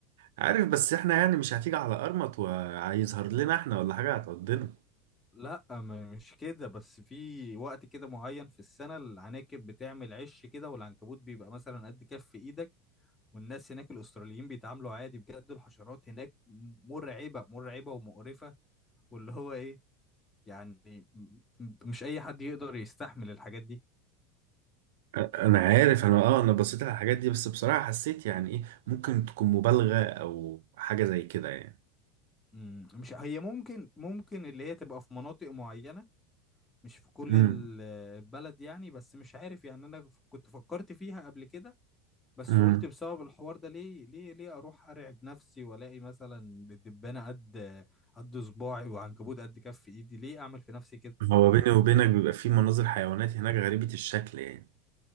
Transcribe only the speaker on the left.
لا م- مش كده بس في وقت كده معين في السنة العناكب بتعمل عش كده والعنكبوت بيبقى مثلا قد كف ايدك والناس هناك الأستراليين بيتعاملوا عادي بجد الحشرات هناك مرعبة مرعبة ومقرفة واللي هو ايه يعني م- م- مش أي حد يقدر يستحمل الحاجات دي
مم، مش هي ممكن ممكن اللي هي تبقى في مناطق معينة مش في كل
ال- البلد يعني بس مش عارف يعني انا ف- كنت فكرت فيها قبل كده بس
قلت بسبب الحوار ده ليه ليه ليه اروح ارعب نفسي والاقي مثلا الدبانة قد قد صباعي وعنكبوت قد كف ايدي ليه اعمل في نفسي كده